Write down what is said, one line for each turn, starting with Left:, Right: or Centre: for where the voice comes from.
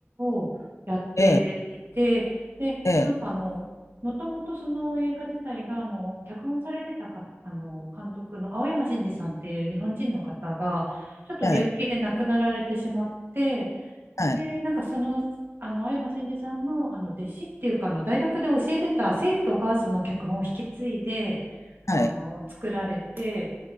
Right: をやっていて、
Left: ええ、
Right: で、
Left: ええ、
Right: なんかあの、もともとその映画自体が、あの、脚本されてたか、あの、監督の青山真治さんっていう日本人の方が、ちょっと病気で亡くなられてしまって、
Left: はい、はい、
Right: で、なんかその、あの、青山真司さんの、あの、弟子っていうか、あの、大学で教えてた生徒が、その脚本を引き継いで、
Left: はい。
Right: あの、作られて、